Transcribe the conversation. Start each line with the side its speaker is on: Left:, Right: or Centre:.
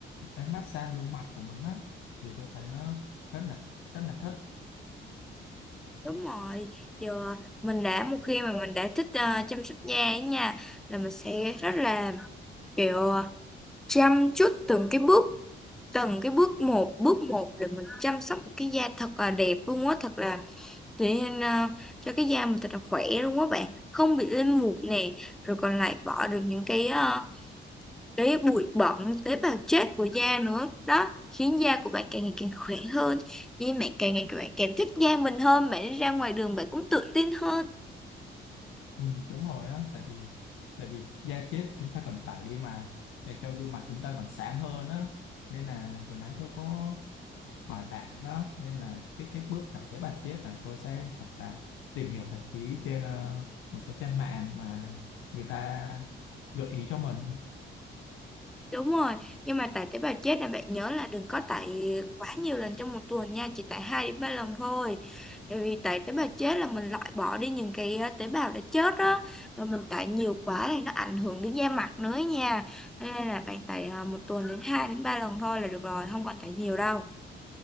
Left: đang massage gương mặt của mình á thì tôi thấy nó rất là rất là thích
Centre: đúng rồi giờ mình đã một khi mà mình đã thích ờ, chăm sóc da ấy nha là mình sẽ rất là kiểu chăm chút từng cái bước từng cái bước một bước một để mình chăm sóc một cái da thật là đẹp luôn á thật là Thế nên à, cho cái da mình thật là khỏe luôn á bạn Không bị lên mụn nè Rồi còn lại bỏ được những cái à, Cái bụi bẩn tế bào chết của da nữa Đó khiến da của bạn càng ngày càng khỏe hơn Vì bạn càng ngày các bạn càng thích da mình hơn Bạn đi ra ngoài đường bạn cũng tự tin hơn
Left: ừ, đúng rồi á tại vì tại vì da chết chúng ta cần tẩy đi mà để cho gương mặt chúng ta còn sáng hơn á nên là vừa nãy tôi có hỏi bạn đó nên là cái cái bước tải tế bào chết là tôi sẽ thật là tìm hiểu thật kỹ trên ờ, một số trang mạng mà người ta gợi ý cho mình
Centre: Đúng rồi, nhưng mà tải tế bào chết là bạn nhớ là đừng có tải quá nhiều lần trong một tuần nha, chỉ tải 2 đến 3 lần thôi. Bởi vì tải tế bào chết là mình loại bỏ đi những cái ờ, tế bào đã chết đó, và mình tải nhiều quá thì nó ảnh hưởng đến da mặt nữa nha. Cho Nên là bạn tải ờ, một tuần đến 2 đến 3 lần thôi là được rồi, không còn tải nhiều đâu.